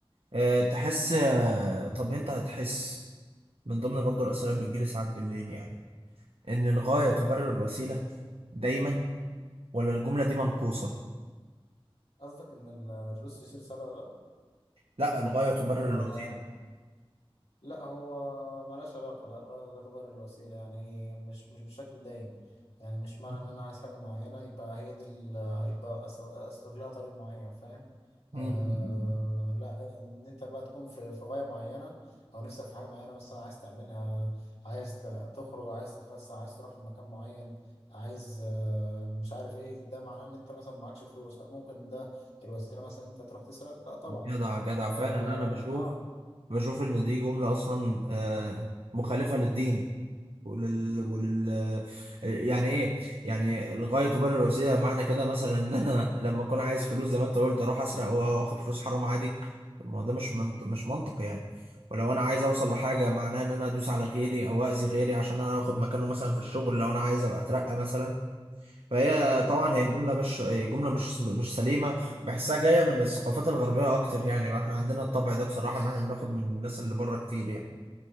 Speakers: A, on the right (about 70°); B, on the left (about 85°).
A: أه تحس
B: مم.
A: آه، طب انت هتحس من ضمن برضو الأسئلة اللي بتجيلي ساعات بالليل يعني إن الغاية تبرر
B: مم.
A: الوسيلة دايما ولا الجملة دي منقوصة؟
B: قصدك ان الفلوس تشتري السعادة ولا لا
A: لا الغاية تبرر
B: ولا
A: الوسيلة
B: لا هو ملهاش علاقة لا الغاية لا تبرر الوسيلة يعني هي مش مش بشكل دايم يعني مش معنى
A: م-
B: إن أنا عايز حاجة معينة يبقى هي دي ال- يبقى أسل- أسلك لها طريق معين فاهم
A: م-
B: آه
A: م.
B: لا إن أنت بقى تكون في في غاية معينة أو نفسك في حاجة معينة مثلا عايز تعملها عايز ت- تخرج عايز تتفسح عايز تروح في مكان معين عايز آه مش عارف إيه ده معناه إن أنت مثلا معكش فلوس هل ممكن ده الوسيلة مثلا إن أنت تروح تسرق؟ لا طبعا
A: جدع جدع فعلا
B: فا
A: أنا بشوف
B: آه
A: بشوف إن دي جملة أصلا آه، مخالفة للدين ولل...
B: م- م-
A: ولل يعني ايه يعني الغاية تبرر الوسيلة معنى كده مثلا ان انا لما اكون عايز فلوس زي ما انت قلت اروح اسرق واخد فلوس حرام عادي طب ما هو ده مش منط... مش
B: م.
A: منطق يعني ولو انا عايز اوصل لحاجة معناه ان انا ادوس على غيري او اذي غيري عشان انا اخد مكانه مثلا في الشغل لو انا عايز ابقى اترقى مثلا فهي طبعا
B: هو
A: هي جملة مش جملة مش مش سليمة بحسها جاية من الثقافات الغربية اكتر يعني احنا عندنا الطبع ده بصراحة
B: بص
A: ان احنا بناخد من الناس اللي بره كتير يعني